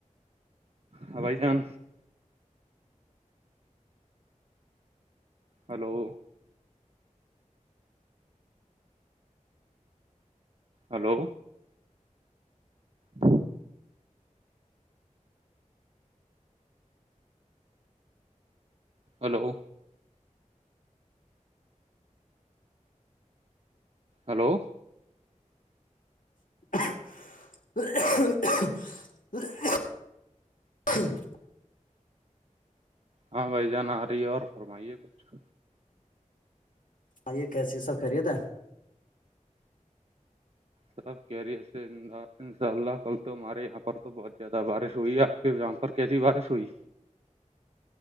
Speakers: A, on the right; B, on the left.
A: ہاں بھائی جان ہلو ہلو ہ <unintelligible> ہلو ہلو
B: <unintelligible>
A: ہاں بھائی جان آ رہی ہے اور فرمائیے کچھ ک
B: ہاں یہ کیسیے یہ سب خریےد تھا
A: سب کیریر سے ان شاء اللہ کل تو ہمارے یہاں پر تو بہت زیادہ بارش ہوئی ہے آپ کے یہاں پر کیسی بارش ہوئی